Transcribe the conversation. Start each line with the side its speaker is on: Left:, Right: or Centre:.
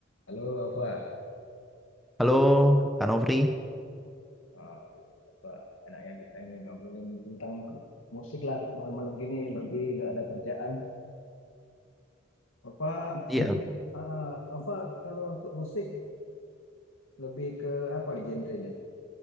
Left: Halo Alfa,
Centre: Halo, Kak Nopri.
Left: Ah, tuh, apa enaknya kita ini ngobrolin tentang musik lah malam-malam gini lagi nggak ada kerjaan. Alfa,
Centre: Iya,
Left: musik, ah, Alfa kalau untuk musik lebih ke apa genrenya?